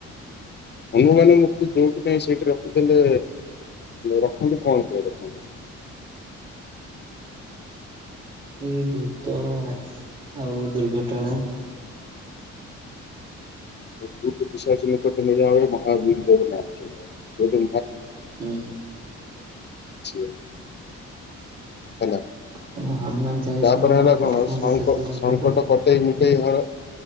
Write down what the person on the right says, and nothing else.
ଏଇ ଭୂତ ଆସ୍, ଆଉ ଦୁର୍ଘଟଣା
ହୁଁ
ତମେ ହନୁମାନ ଚାଳିଶା
ମୋ
ପ୍ରଥମରୁ
ଶେଷ ଯାଏ
କହିପାରିବ?